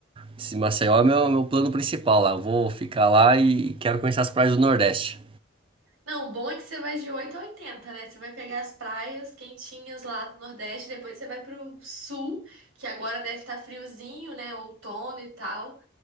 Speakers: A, on the right; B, on the right.
A: esse Maceió é meu, meu plano principal lá. Eu vou ficar lá e quero conhecer as praias do Nordeste.
B: Não, o bom é que você vai de 8 a oitenta né? Você vai pegar as praias quentinhas lá do Nordeste, depois você vai pro Sul, que agora deve estar friozinho, né? Outono e tal.